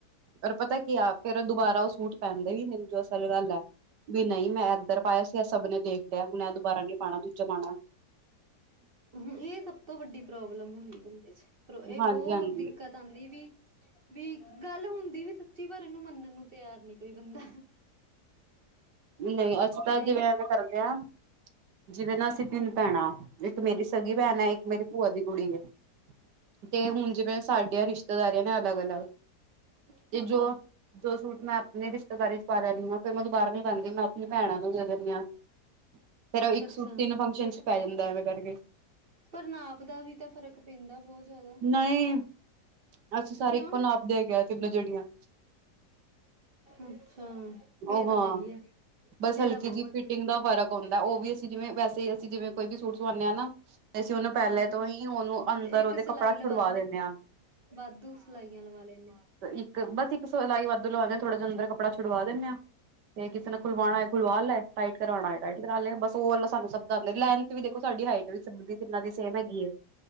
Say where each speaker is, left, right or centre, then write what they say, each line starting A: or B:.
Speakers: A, on the right; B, on the right.
A: ਫੇਰ ਪਤਾ ਕੀ ਆ ਫੇਰ ਦੁਬਾਰਾ ਉਹ ਸੂਟ ਪਹਿਨਦੇ ਹੀ ਮੈਨੂੰ ਜੋ ਅਸਲ ਗੱਲ ਹੈ ਵੀ ਨਹੀਂ ਮੈਂ ਇੱਧਰ ਪਾਇਆ ਸੀ ਏ ਸਭ ਨੇ ਦੇਖ ਲਿਆ ਹੁਣੇ ਦੁਬਾਰਾ ਨੀ ਪਾਉਣਾ ਦੂਜਾ ਪਾਉਣਾ
B: ਹੂੰ ਇਹ ਸਭ ਤੋਂ ਵੱਡੀ ਪ੍ਰੋਬਲਮ ਹੁੰਦੀ ਬੰਦੇ ਚ ਇਹ
A: ਹਾਂਜੀ-ਹਾਂਜੀ
B: ਬਹੁਤ ਦਿੱਕਤ ਤਾਂਦੀ ਵੀ ਵੀ ਗੱਲ ਹੁੰਦੀ ਵੀ ਸੱਚੀ ਪਰ ਇਹਨੂੰ ਮੰਨਣ ਨੂੰ ਤਿਆਰ ਨੀ ਕੋਈ ਬੰਦਾ
A: ਨਹੀਂ ਅਸੀਂ ਤਾਂ
B: ਕਿ ਨਹੀਂ
A: ਜਿਵੇਂ ਇੰਜ ਕਰਦੇ ਹਾਂ ਜਿਵੇਂ ਨਾ ਅਸੀਂ ਤਿੰਨ ਭੈਣਾਂ ਇੱਕ ਮੇਰੀ ਸਗੀ ਭੈਣ ਹੈ ਇੱਕ ਮੇਰੀ ਭੂਆ ਦੀ ਕੁੜੀ ਹੈ ਤੇ
B: ਅੱਛਾ-ਅੱਛਾ
A: ਹੁਣ ਜਿਵੇਂ ਸਾਡੀਆਂ ਰਿਸ਼ਤੇਦਾਰੀਆਂ ਨੇ ਅਲੱਗ ਅਲੱਗ
B: ਹੂੰ
A: ਤੇ ਜੋ ਜੋ ਸੂਟ ਮੈਂ ਜੇ ਰਿਸ਼ਤੇਦਾਰੀ ਚ ਪਾ ਲਿਆ ਓ ਫੇਰ ਮੈਂ ਦੁਬਾਰਾ ਨੀ ਪਾਂਦੀ ਮੈਂ ਆਪਣੀ ਭੈਣਾਂ ਨੂੰ ਦੇ ਦਿੰਦੀ ਹਾਂ ਫੇਰ
B: ਅੱਛਾ-ਅੱਛਾ
A: ਇੱਕ ਸੂਟ ਤਿੰਨ ਫੰਕਸ਼ਨ ਚ ਪੈ ਜਾਂਦਾ ਐਵੇਂ ਕਰਕੇ
B: ਪਰ ਨਾਪ ਦਾ ਵੀ ਤਾਂ ਫਰਕ ਪੈਂਂਦਾ ਬਹੁਤ ਜ਼ਿਆਦਾ
A: ਨਹੀਂ ਅਸੀਂ ਸਾਰੇ
B: ਕਿਉਂ
A: ਇੱਕੋ ਨਾਪ ਦੇ ਹੈਗੇ ਆਂ ਤਿੰਨੋ ਜਣੀਆ
B: ਅੱਛਾ ਫੇਰ
A: ਉਹ
B: ਤਾਂ
A: ਹਾਂ
B: ਸਹੀ ਆ
A: ਬਸ
B: ਫੇਰ
A: ਹਲਕੀ
B: ਤਾਂ ਬਹੁਤ
A: ਜਿਹੀ
B: ਵਧੀਆ
A: ਫਿਟਿੰਗ ਦਾ ਫਰਕ ਹੁੰਦਾ ਉਹ ਵੀ ਅਸੀਂ ਜਿਵੇਂ ਵੈਸੇ ਅਸੀਂ ਜਿਵੇਂ ਕੋਈ ਵੀ ਸੂਟ ਸਵਾਉਂਦੇ ਹਾਂ ਨਾ ਤੇ ਅਸੀਂ ਉਹਨੂੰ ਪਹਿਲੇ
B: ਹੂੰ
A: ਤੋਂ ਹੀ ਉਹਨੂੰ ਅੰਦਰ
B: ਇੱਕ
A: ਉਹਦੇ
B: ਸਿਲਾਈ
A: ਕੱਪੜਾ
B: ਲਵਾ
A: ਛੁਡਵਾ ਦਿੰਨੇ ਆ
B: ਵਾਧੂ ਸਲਾਈਆਂ ਲਵਾ ਲੈਂਨੇ
A: ਇੱਕ ਬਸ ਇੱਕ ਸਲਾਈ ਵਾਧੂ ਲਵਾ ਥੋੜਾ ਜਿਆ ਅੰਦਰ ਕੱਪੜਾ ਛੁਡਵਾ ਦਿੰਨੇ ਆ ਜੇ ਕਿਸੇ ਨੇ ਖੁਲਵਾਉਣਾ
B: ਹੂੰ,
A: ਹੈ ਖੁਲਵਾ ਲੈ ਟਾਈਟ ਕਰਵਾਉਣਾ ਟਾਈਟ ਕਰਾ ਲੈ ਬਸ ਓਰ ਵਾਲਾ ਸਾਨੂੰ ਸਭ ਦੱਸ ਲੈਨ ਏ ਵੀ ਦੇਖੋ ਸਾਡੀ ਹਾਈਟ ਵੀ ਸਬ ਦੀ ਤਿੰਨਾਂ ਦੀ ਸੇਮ ਹੈਗੀ ਏ